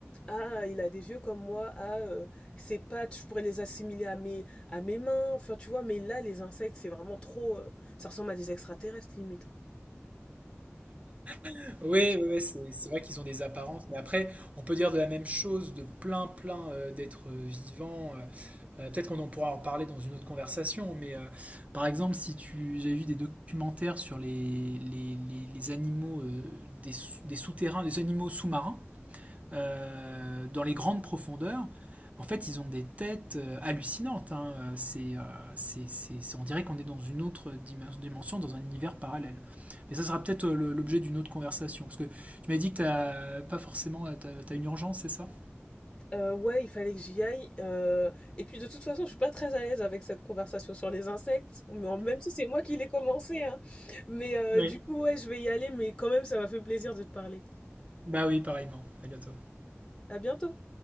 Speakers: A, on the left; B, on the right.
A: ah, il a des yeux comme moi. Ah, euh, ses pattes, je pourrais les assimiler à mes, à mes mains. Enfin, tu vois, mais là, les insectes, c'est vraiment trop. euh, ça ressemble à des extraterrestres, limite. hein.
B: <laughs> Oui, oui, oui, c'est c'est vrai qu'ils ont des apparences, mais après, on peut dire de la même chose de plein, plein euh, d'êtres euh, vivants. Euh, euh, peut-être qu'on en pourra en parler dans une autre conversation, mais euh, par exemple, si tu, j'ai vu des documentaires sur les, les, les- les animaux euh, des, sous- des souterrains, des animaux sous-marins. euh, dans les grandes profondeurs, en fait, ils ont des têtes euh, hallucinantes. hein. Euh, C'est, euh, c'est- c'est- c'est- on dirait qu'on est dans une autre dimension, dans un univers parallèle. Mais ça sera peut-être euh, le- l'objet d'une autre conversation. Parce que tu m'as dit que t'as pas forcément, t'as, t'as une urgence, c'est ça?
A: Euh, ouais, il fallait que j'y aille. euh, Et puis de toute façon, je suis pas très à l'aise avec cette conversation sur les insectes, mais en- même si c'est moi qui l'ai commencé, hein. Mais euh,
B: Oui.
A: du coup, ouais, je vais y aller, mais quand même, ça m'a fait plaisir de te parler.
B: Bah oui, pareillement. À bientôt.
A: À bientôt.